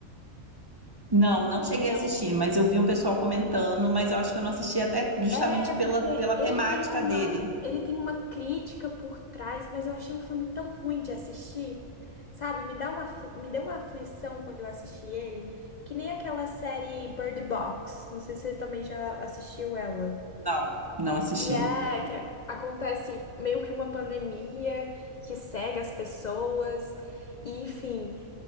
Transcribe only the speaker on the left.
Não.
É
porque
ele
tem uma,
ele tem uma crítica por trás, mas eu achei um filme tão ruim de assistir. Sabe, me dá uma, afli- me deu uma aflição quando eu assisti ele, que nem aquela série Bird Box. Não sei se você também já assistiu ela.
E é que é, acontece meio que uma pandemia que cega as pessoas, e enfim,